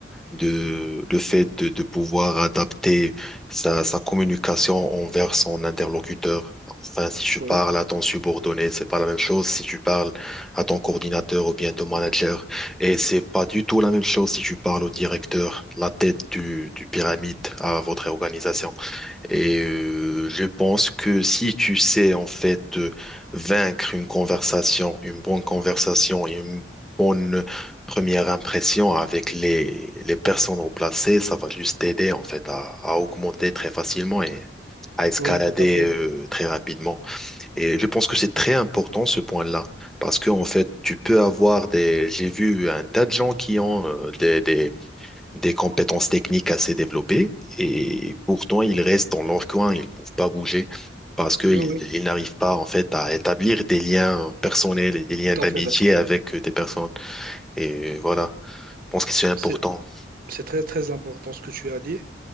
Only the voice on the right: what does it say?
oui,
oui, tout à fait.
Oui, oui,
tout
à fait d'accord.
C'est, c'est très, très important ce que tu as dit.